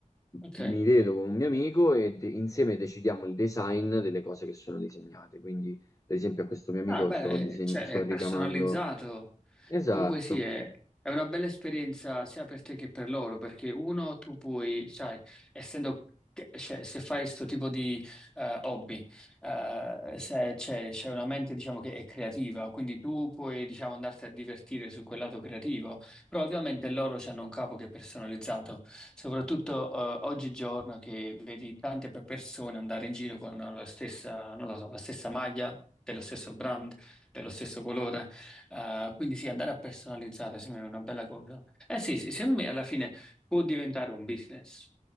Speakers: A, in the centre; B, on the left.
A: ok.
B: mi vedo con un mio amico e de- insieme decidiamo il design delle cose che sono disegnate. Quindi, per esempio, a questo mio amico
A: Ah, beh,
B: sto, diseg-
A: cioè,
B: sto
A: è
B: ricamando.
A: personalizzato.
B: Esatto.
A: Comunque sì, è, è una bella esperienza sia per te che per loro, perché uno tu puoi, sai, essendo, che- cioè, se fai questo tipo di eh, hobby, eh, se c'è c'è una mente diciamo che è creativa, quindi tu puoi diciamo andarti a divertire su quel lato creativo, però ovviamente loro hanno un capo che è personalizzato, soprattutto eh, oggigiorno che vedi tante pe- persone andare in giro con la stessa, non lo so, la stessa maglia, dello stesso brand, dello stesso colore. Eh, quindi sì, andare a personalizzare sembra una bella cosa. Eh sì, sì, secondo me alla fine può diventare un business,